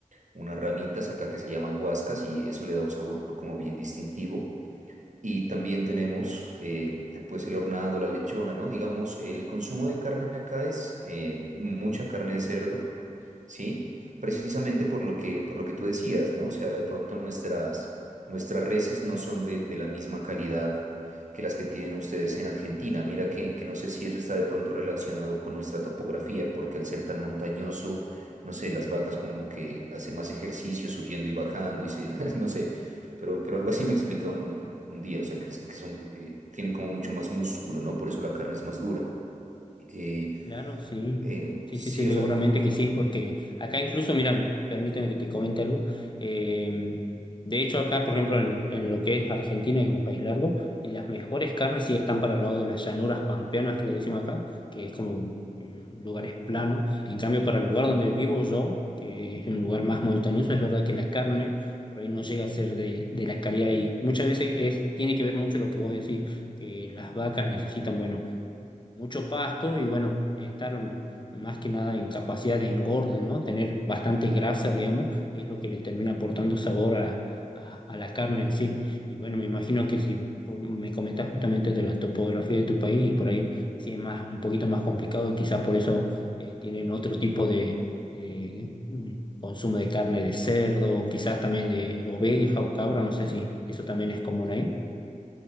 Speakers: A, on the right; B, on the left.
A: unas ramitas acá que se llaman guascas y eso le da un sabor como bien distintivo. Y también tenemos eh, pues el hornado, la lechona, ¿no? Digamos, el consumo de carne acá es eh, mucha carne de cerdo, ¿sí? Precisamente por lo que, por lo que tú decías, ¿no? O sea, de pronto nuestras, nuestras reses no son de, de la misma calidad que las que tienen ustedes en Argentina. Mira que, que no sé si eso está de pronto relacionado con nuestra topografía, porque al ser tan montañoso, no sé, las vacas como que hacen más ejercicio subiendo y bajando y se, <laughs> no sé. Pero, pero algo así me explicaban un, eh, un día, o sea, que, es- que son, eh, tienen como mucho más músculo, ¿no? Por eso la carne es más dura. Eh,
B: Claro, sí.
A: eh,
B: Sí,
A: sí,
B: sí, sí, seguramente
A: o sea, co-
B: que sí, porque acá incluso, mira, permíteme que te comente algo. eh, de hecho, acá, por ejemplo, en, en lo que es Argentina, que es un país largo, y las mejores carnes sí están para el lado de las llanuras pampeanas que le decimos acá, que es como mm, lugares planos. En cambio, para el lugar donde vivo yo, que es un lugar más montañoso, es verdad que la carne por ahí no llega a ser de, de la calidad y muchas veces es, tiene que ver mucho lo que vos decís, que las vacas necesitan, bueno mucho pasto y bueno, estar más que nada en capacidad de engorde, ¿no? Tener bastante grasa, digamos, y es lo que le termina aportando sabor a, a- a la carne en sí. Y bueno, me imagino que si por- me comentas justamente de la topografía de tu país y por ahí sí es más, un poquito más complicado y quizás por eso eh, tienen otro tipo de... eh, mm, consumo de carne de cerdo, quizás también de oveja o cabra, no sé si eso también es común ahí.